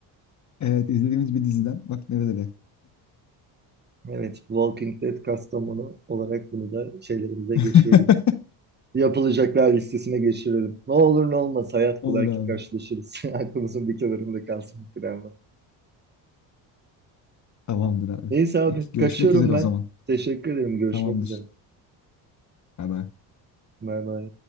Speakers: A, on the left (about 35°); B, on the right (about 20°).
A: Evet izlediğimiz bir diziden. Bak nerede
B: Evet, Walking Dead Kastamonu olarak bunu da şeylerimize
A: <laughs>
B: geçirelim. Yapılacaklar listesine geçirelim. Ne olur ne olmaz hayat
A: Olur
B: bu belki
A: abi.
B: karşılaşırız. <laughs> Aklımızın bir kenarında kalsın bu planlar.
A: Tamamdır abi.
B: Neyse abi
A: Peki görüşmek
B: kaçıyorum
A: üzere
B: ben.
A: o zaman.
B: Teşekkür ederim. Görüşmek
A: Tamamdır.
B: üzere.
A: Bay bay.
B: Bay bay.